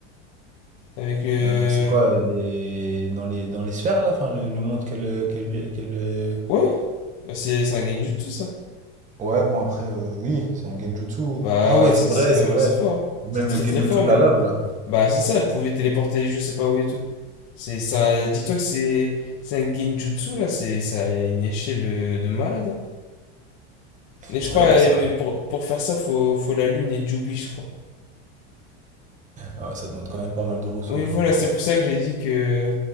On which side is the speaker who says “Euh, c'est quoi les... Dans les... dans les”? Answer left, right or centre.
Right